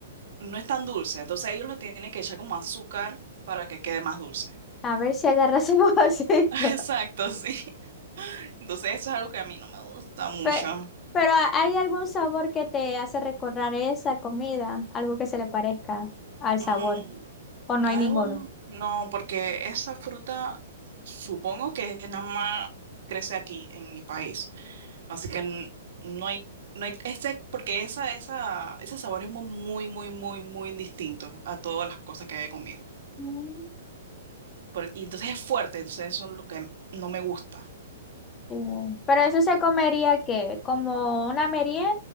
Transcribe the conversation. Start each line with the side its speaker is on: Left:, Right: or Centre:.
Right: no es tan dulce. Entonces, ellos lo tienen que echar como azúcar para que quede más dulce.
Left: A ver si agarras un vasito.
Right: <laughs> Exacto, sí. Entonces, eso es algo que a mí no me gusta
Left: <laughs>
Right: mucho.
Left: Pe- Pero, ¿hay algún sabor que te hace recordar esa comida? Algo que se le parezca al sabor.
Right: Mm,
Left: ¿O no
Right: algo,
Left: hay ninguno?
Right: no, porque esa fruta supongo que nada más crece aquí en mi país. Así que n- no hay, no hay, este, porque esa, esa, ese sabor es mu- muy, muy, muy, muy distinto a todas las cosas que he comido.
Left: Mm,
Right: Por- y entonces es fuerte, entonces eso es lo que no me gusta.
Left: bien. Pero eso se comería qué? ¿Como una merienda